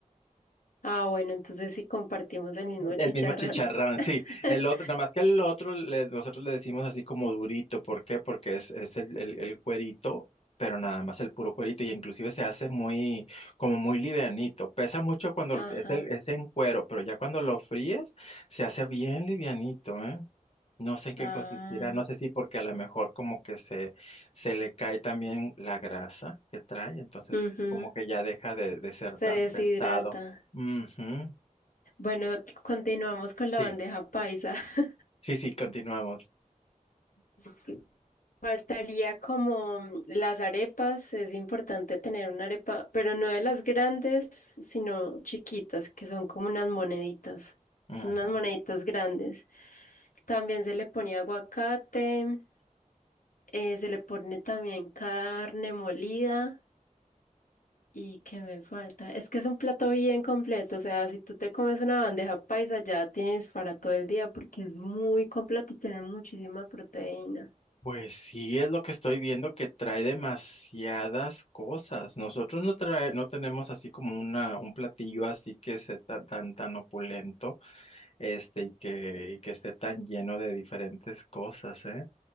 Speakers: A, on the left; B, on the left.
A: Ah, bueno, entonces sí compartimos el mismo chicharrón.
B: El mismo chicharrón, sí.
A: <laughs>
B: El otro, nada más que el otro, le- nosotros le decimos así como durito. ¿Por qué? Porque es, es el, el, el cuerito, pero nada más el puro cuerito. Y inclusive se hace muy, como muy livianito. Pesa mucho cuando
A: Ajá.
B: lo- es, el- es en cuero, pero ya cuando lo fríes, se hace bien livianito, ¿eh? No sé en qué
A: Ah.
B: consistirá. No sé si porque a lo mejor como que se, se le cae también la grasa que trae. Entonces
A: ujú,
B: como que ya deja de, de ser tan
A: Se deshidrata.
B: pesado. Ujú.
A: Bueno, continuamos con la
B: Sí.
A: bandeja paisa. <laughs>
B: Sí, sí, continuamos.
A: Sí. Faltaría como mm, las arepas, es importante tener una arepa, pero no de las grandes, sino chiquitas, que son como unas moneditas,
B: Ujú.
A: son unas moneditas grandes. También se le pone aguacate, eh, se le pone también carne molida. ¿Y qué me falta? Es que es un plato bien completo, o sea, si tú te comes una bandeja paisa ya tienes para todo el día porque es muy completo y tiene muchísima proteína.
B: Pues sí, es lo que estoy viendo que trae demasiadas cosas. Nosotros no trae, no tenemos así como una, un platillo así que sea tan, tan, tan opulento, este, y que, y que esté tan lleno de diferentes cosas, ¿eh?